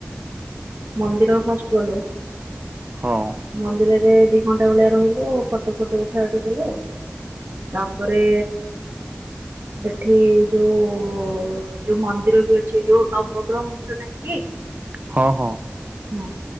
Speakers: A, on the right (about 65°); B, on the right (about 40°).
A: ମନ୍ଦରକୁ ଫାଷ୍ଟ ଗଲୁ
B: ହଁ
A: ମନ୍ଦିରରେ ଦି ଘଣ୍ଟା ଭଳିଆ ରହିଲୁ ଫଟୋ ଫଟ ଉଠା ଉଠି କଲୁ ତାପରେ ସେଠି ଯୋଉ ଯୋଉ ମନ୍ଦିର ବି ଅଛି ଯୋଉ ନବଗ୍ରହ ମନ୍ଦିର ନା କି?
B: ହଁ ହଁ।
A: ହଁ